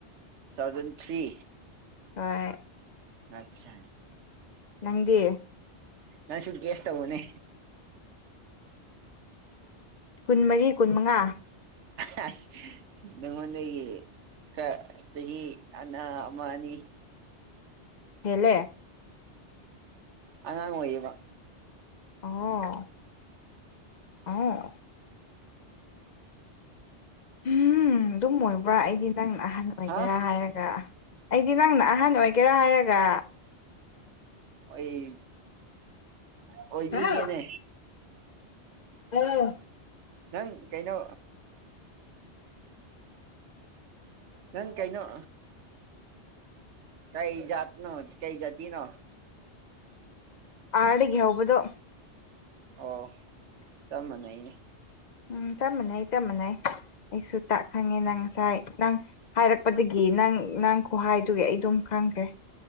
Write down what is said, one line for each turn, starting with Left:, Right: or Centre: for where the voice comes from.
Right: ꯇꯨ ꯊꯥꯎꯖꯟ ꯊ꯭ꯔꯤ
Left: ꯍꫭꯏ
Right: ꯑꯆꯥ
Left: ꯅꯪꯗꯤ
Right: ꯅꯪꯁꯨ ꯒꯦꯁ ꯇꯧꯋꫭꯅꯦ
Left: ꯀꯨꯟꯃꯔꯤ ꯀꯨꯟꯃꯉꯥ
Right: <unintelligible> ꯅꯪꯉꫭꯟꯗꯒꯤ ꯈꯔ ꯆꯍꯤ ꯑꯅ ꯑꯃ ꯑꯅꯤ
Left: ꯍꯦꯂꯦ
Right: ꯑꯉꯥꯡ ꯑꯣꯏꯌꯦꯕ
Left: ꯑꯣ ꯑ ꯎꯝ ꯑꯗꯨꯝ ꯑꯣꯏꯕ꯭ꯔꯥ ꯑꯩꯗꯤ ꯅꯪ ꯑꯍꯟ ꯑꯣꯏꯒꯦꯔꯥ
Right: ꯍꯥ
Left: ꯍꯥꯏꯔꯒ ꯑꯩꯗꯤ ꯅꯪꯅ ꯑꯍꯟ ꯑꯣꯏꯒꯦꯔꯥ ꯍꯥꯏꯔꯒ
Right: ꯑꯩ ꯑꯣꯏꯕꯤꯒꯦꯅꯦ
Left: ꯍꯥꯎ ꯑꯧ
Right: ꯅꯪ ꯀꯩꯅꯣ ꯅꯪ ꯀꯩꯅꯣ ꯀꯩ ꯖꯥꯠ ꯅꯣ ꯀꯩ ꯖꯥꯇꯤ ꯅꯣ
Left: ꯑꯥꯔꯗꯒꯤ ꯍꯧꯕꯗꯣ
Right: ꯑꯣ ꯆꯞ ꯃꯅꯩꯌꯦ
Left: ꯎꯝ ꯆꯞ ꯃꯥꯟꯅꯩ ꯆꯞ ꯃꯥꯟꯅꯩ ꯑꯩꯁꯨ ꯇꯥꯛ ꯈꯪꯉꯦ ꯅꯪ ꯉꯁꯥꯏ ꯅꯪ ꯍꯥꯏꯔꯛꯄꯗꯒꯤ ꯅꯪ ꯅꯪ ꯈꯨꯍꯥꯏꯗꯨꯒꯤ ꯑꯩ ꯗꯨꯝ ꯈꯪꯈ꯭ꯔꯦ